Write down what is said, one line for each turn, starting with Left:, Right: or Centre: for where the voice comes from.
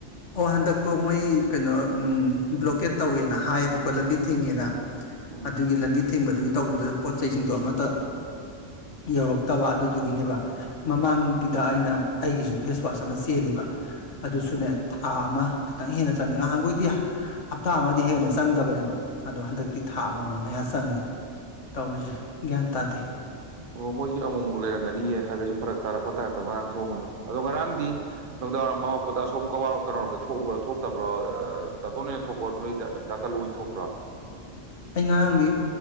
Left: ꯑꯣ ꯍꯟꯗꯛꯇꯣ ꯃꯣꯏ ꯀꯩꯅꯣ ꯕ꯭ꯂꯣꯀꯦꯠ ꯇꯧꯋꯦꯅ ꯍꯥꯏꯌꯦꯕꯀꯣ ꯂꯝꯕꯤ ꯊꯤꯡꯉꯦꯅ
Right: ꯎꯝ
Left: ꯑꯗꯨꯒꯤ ꯂꯝꯕꯤ ꯊꯤꯡꯕꯗꯨꯒꯤ ꯇꯧꯕꯗꯨꯗ ꯄꯣꯠ ꯆꯩꯁꯤꯡꯗꯣ ꯑꯃꯠꯇ ꯌꯧꯔꯛꯇꯕ ꯑꯗꯨꯗꯨꯒꯤꯅꯦꯕ ꯃꯃꯥꯡꯒꯤꯗ ꯑꯩꯅ ꯑꯩꯒꯤꯁꯨ ꯐꯦꯁꯋꯥꯁ ꯑꯃ ꯆꯦꯜꯂꯦꯕ ꯑꯗꯨꯁꯨꯅꯦ ꯊꯥ ꯑꯃ ꯈꯤꯇꯪ ꯍꯦꯟꯅ ꯆꯪꯉꯦ ꯉꯍꯥꯟꯈꯣꯏꯗꯤ ꯍꯞꯇꯥ ꯑꯃꯗꯤ ꯍꯦꯟꯅ ꯆꯪꯗꯕꯅꯦꯕ ꯑꯗꯣ ꯍꯟꯗꯛꯇꯤ ꯊꯥ ꯑꯃ ꯑꯃ ꯑꯃ ꯃꯌꯥ ꯆꯪꯉꯤ ꯇꯧꯔꯤꯁꯦ ꯒ꯭ꯌꯥꯟ ꯇꯥꯗꯦ
Right: ꯑꯣ ꯃꯣꯏꯒꯤ ꯑꯃꯨꯛꯃꯨꯛ ꯂꯩꯔꯝꯒꯅꯤꯌꯦ ꯍꯥꯏꯕ ꯁꯨꯝ ꯐꯔꯛ ꯇꯥꯔꯛꯄ ꯇꯥꯔꯛꯇꯕ ꯉꯔꯥꯡ ꯊꯣꯡꯒꯅꯤ ꯑꯗꯣ ꯉꯔꯥꯡꯗꯤ ꯅꯨꯡꯗꯥꯡꯋꯥꯏꯔꯝ ꯑꯃꯔꯛꯄꯗ ꯑꯁꯣꯝ ꯀꯋꯥꯔ ꯀꯩꯅꯔꯣꯝꯗ ꯊꯣꯛꯎꯕ꯭ꯔꯣ ꯊꯣꯛꯇꯕ꯭ꯔꯣ ꯇꯥꯇꯣꯟ ꯍꯥꯛ ꯊꯣꯛ ꯅꯣꯏ ꯗꯥꯀꯜꯂꯨ ꯑꯣꯏꯅ ꯊꯣꯛꯄ꯭ꯔꯣ
Left: ꯑꯩ ꯉꯔꯥꯡꯗꯤ